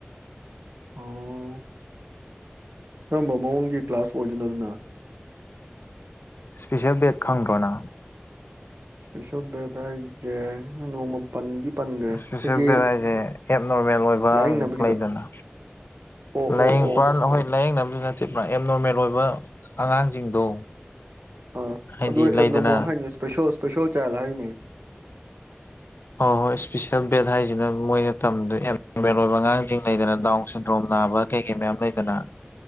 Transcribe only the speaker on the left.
ꯏꯁꯄꯤꯁꯦꯜ ꯕꯦꯠ ꯈꯪꯗ꯭ꯔꯣ ꯅꯪ
ꯏꯁꯄꯤꯁꯦꯜ
<unintelligible> ꯑꯦꯞ ꯅꯣꯔꯃꯦꯜ ꯑꯣꯏꯕ
ꯂꯩꯗꯅ
ꯂꯥꯏꯌꯦꯡꯕ
ꯍꯣꯏ ꯂꯥꯏꯌꯦꯡꯅꯕꯁꯨ ꯅꯠꯇꯦ ꯑꯦꯞ ꯅꯣꯔꯃꯦꯜ ꯑꯣꯏꯕ ꯑꯉꯥꯡꯁꯤꯡꯗꯣ
ꯍꯥꯏꯗꯤ
ꯂꯩꯗꯅ
ꯍꯣꯏ ꯍꯣꯏ ꯏꯁꯄꯤꯁꯤꯦꯜ ꯕꯦꯗ ꯍꯥꯏꯁꯤꯅ ꯃꯣꯏꯅ ꯇꯝꯗꯣꯏꯅꯦ ꯑꯉꯥꯡꯁꯤꯡ ꯂꯩꯗꯅ ꯗꯥꯎꯟ ꯁꯤꯟꯗ꯭ꯔꯣꯝ ꯅꯥꯕ ꯀꯩ ꯀꯩ ꯃꯌꯥꯝ ꯂꯩꯗꯅ